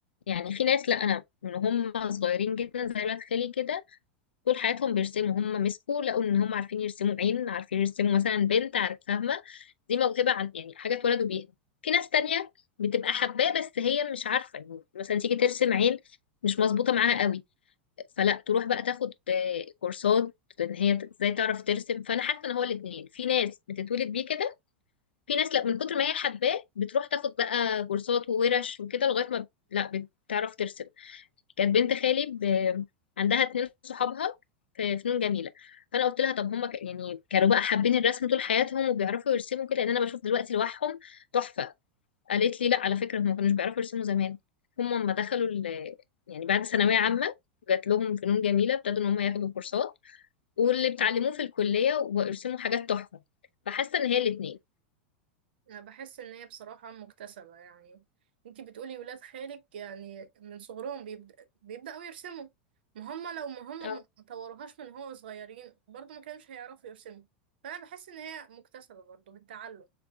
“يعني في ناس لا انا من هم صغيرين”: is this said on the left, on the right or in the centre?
Left